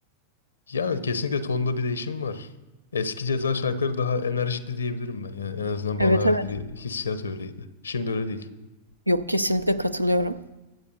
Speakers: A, on the left; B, on the right.
A: Yani kesinlikle tonda bir değişim var. Eski Ceza şarkıları daha enerjikti diyebilirim ben. Yani en azından bana
B: Evet
A: verdiği
B: evet.
A: hissiyat öyleydi. Şimdi öyle değil.
B: Yok kesinlikle katılıyorum.